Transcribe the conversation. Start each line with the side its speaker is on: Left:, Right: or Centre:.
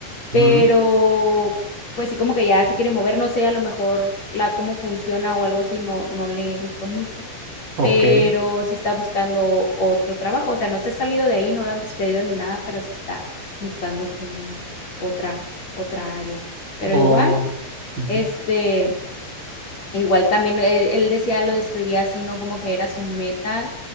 Left: pero
Right: ujú.
Left: pues sí como que ya se quiere mover. No sé, a lo mejor la cómo funciona o algo así no, no le gustó mucho,
Right: Ok.
Left: pero sí está buscando otro trabajo. O sea, no se ha salido de ahí, no lo han despedido ni nada, pero sí está buscando como otra, otra área. Pero
Right: Oh,
Left: igual,
Right: ujú,
Left: este Igual también él, él decía, lo describía así, ¿no? Como que era su meta